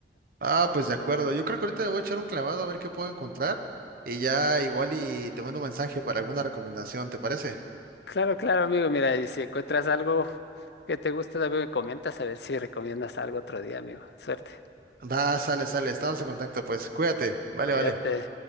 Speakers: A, on the right; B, on the left.
A: Ah, pues de acuerdo, yo creo que ahorita me voy a echar un clavado a ver qué puedo encontrar y ya igual y te mando un mensaje para alguna recomendación, ¿te parece?
B: Claro, claro, amigo, mira, y si encuentras algo que te gusta, también me comentas a ver si recomiendas algo otro día, amigo. Suerte,
A: Va, sale, sale, estamos en contacto, pues cuídate, vale,
B: cuídate.
A: vale.